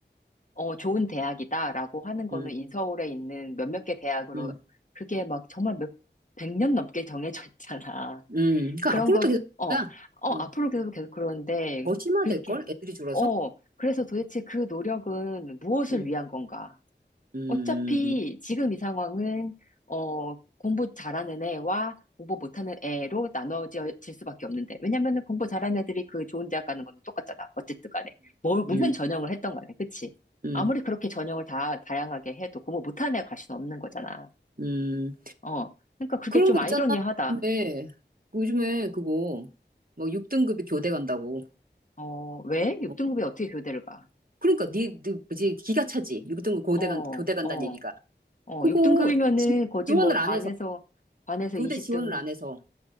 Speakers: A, on the left; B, on the right.
A: 어, 좋은 대학이다라고 하는 거는
B: 응,
A: 인서울에 있는 몇몇 개 대학으로
B: 응,
A: 그게 막 정말 몇 백년 넘게 정해져 있잖아.
B: 응. 그러니까
A: 그런
B: 앞으로도
A: 거,
B: 계속
A: 어,
B: 그럴
A: 어,
B: 거야.
A: 앞으로
B: 응.
A: 계속 계속 그러는데,
B: 더 심화될걸?
A: 그게,
B: 애들이 줄어서?
A: 어, 그래서 도대체 그 노력은 무엇을
B: 응,
A: 위한 건가?
B: 음,
A: 어차피
B: 음,
A: 지금 이 상황은, 어, 공부 잘하는 애와 공부 못하는 애로 나눠질 수밖에 없는데, 왜냐면은 공부 잘하는 애들이 그 좋은 대학 가는 건 똑같잖아. 어쨌든 간에. 뭐, 무슨
B: 음,
A: 전형을 했던 간에, 그치?
B: 음,
A: 아무리 그렇게 전형을 다, 다양하게 해도 공부 못하는 애가 갈 수는 없는 거잖아.
B: 음.
A: 어. 그러니까 그게
B: 그런
A: 좀
B: 거
A: 아이러니하다.
B: 있잖아. 요즘에, 요즘에 그거, 뭐 6등급이 교대 간다고.
A: 어, 왜? 6등급이
B: 어,
A: 어떻게 교대를 가?
B: 그러니까 니, 니 뭐지, 기가 차지. 6등급 교대
A: 어,
B: 간, 교대 간다는
A: 어,
B: 얘기가.
A: 어,
B: 그거
A: 6등급이면은
B: 지,
A: 거지
B: 지원을
A: 뭐 반에서,
B: 안 해서,
A: 반에서
B: 교대
A: 20등.
B: 지원을 안 해서